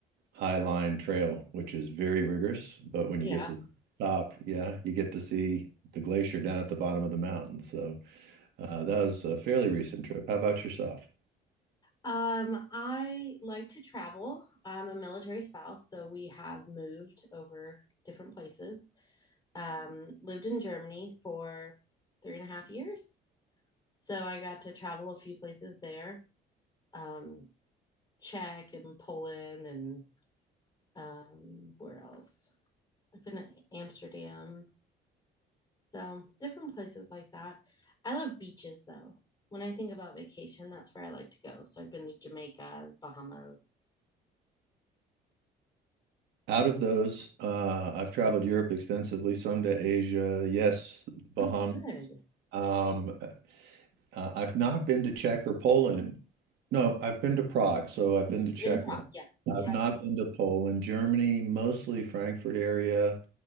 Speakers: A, on the right (about 75°); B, on the left (about 20°).
A: Highline Trail, which is very rigorous. But when
B: Yeah.
A: you get to the top, yeah, you get to see the glacier down at the bottom of the mountain. So uh, that was a fairly recent trip. How about yourself?
B: Um, I like to travel. I'm a military spouse, so we have moved over different places. Um, lived in Germany for three and a half years, so I got to travel a few places there. Um, Czech and Poland and um, where else? I've been to Amsterdam. So different places like that. I love beaches though. When I think about vacation, that's where I like to go. So I've been to Jamaica, Bahamas.
A: Out of those, uh, I've traveled Europe extensively, some to Asia, yes, Bahamas.
B: Oh, good.
A: Um, uh, I've not been to Czech or Poland. No, I've been to Prague, so I've been to Czech
B: You've been to Prague,
A: one.
B: yeah. Yeah.
A: I've not been to Poland, Germany, mostly Frankfurt area,